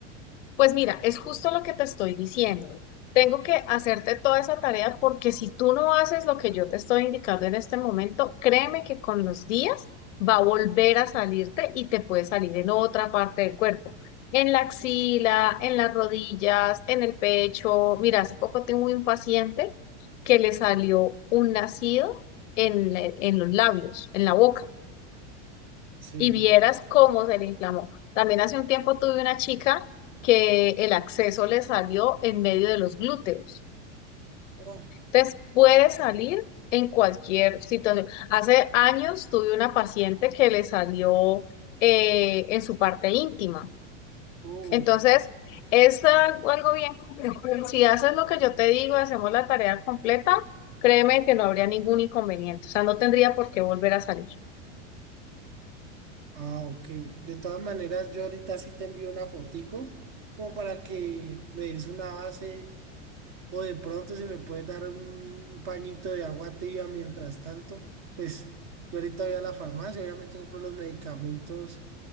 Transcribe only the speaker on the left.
Pues mira, es justo lo que te estoy diciendo. Tengo que hacerte toda esa tarea porque si tú no haces lo que yo te estoy indicando en este momento, créeme que con los días va a volver a salirte y te puede salir en otra parte del cuerpo, en la axila, en las rodillas, en el pecho. Mira, hace poco tengo un paciente que le salió un nacido en, la- en los labios, en la boca
y vieras cómo se le inflamó. También hace un tiempo tuve una chica que el acceso le salió en medio de los glúteos.
Entonces, puede salir en cualquier situación. Hace años tuve una paciente que le salió eh, en su parte íntima.
Entonces, es algo algo bien complejo. Si haces lo que yo te digo, hacemos la tarea completa, créeme que no habría ningún inconveniente. O sea, no tendría por qué volver a salir.